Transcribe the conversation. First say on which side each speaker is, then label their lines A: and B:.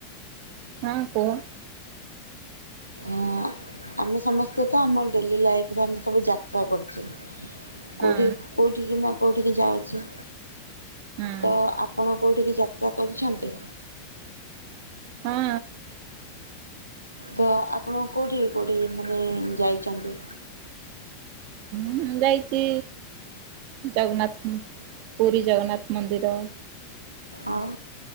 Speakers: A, on the right; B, on the right.
A: ହଁ କୁହ।
B: ଅଁ, ଆମେ ସମସ୍ତେ ତ ଆମ ଡେଲି ଲାଇଫ୍ ରେ ଆମେ ସବୁ ଯାତ୍ରା କରୁଚେ
A: ହଁ
B: କୋଉଠି କୋଉଠି କିି ନା କୋଉଠିକି ଯାଉଛି,
A: ହଁ
B: ତ ଆପଣ କୋଉଠିକି ଯାତ୍ରା କରିଛନ୍ତି?
A: ହଁ
B: ତ ଆପଣ କୋଉଠିକି କୋଉଠିକି ମାନେ ଯାଇଚନ୍ତି?
A: ହୁଁ ଯାଇଚି ଜଗନ୍ନାଥ ଉଁ, ପୁରୀ ଜଗନ୍ନାଥ ମନ୍ଦିର।
B: ଆଉ?